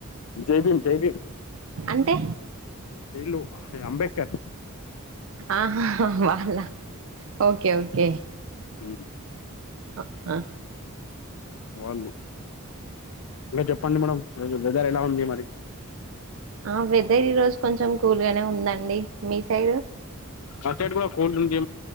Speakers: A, on the left; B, on the right.
A: జైభీమ్ జైభీమ్
B: అంటే
A: వీళ్ళు అంబేడ్కర్
B: ఆహ వాళ్ళా ఓకే ఓకే
A: ఊ
B: ఆహ
A: వాళ్ళు ఇంకా చెప్పండి మేడమ్ ఈరోజు వెదర్ ఎలా ఉంది మరి
B: ఆ వెదర్ ఈ రోజు కొంచెం కూల్గనే ఉందండి. మీ సైడ్?
A: మా సైడ్ కూడా కూల్ వుంది